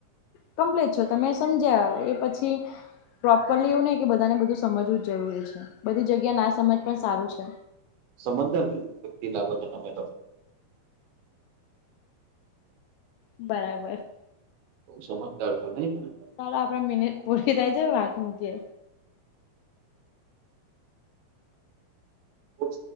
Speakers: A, on the left (about 85°); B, on the right (about 80°).
A: કમ્પ્લેટ છો તમે સમજ્યા એ પછી પ્રોપરલી એવું નહ કે બધાને બધું સમજવું જ જરૂરી છે બધી જગ્યા ના સમજ પણ સારું છે.
B: સમજદાર વ્યક્તિ લાગો છો તમે.
A: બરાબર.
B: સમજદાર છો ને?
A: હવે આપડે મિનિટ પૂરી થઈ ગઈ વાતની
B: ઓછ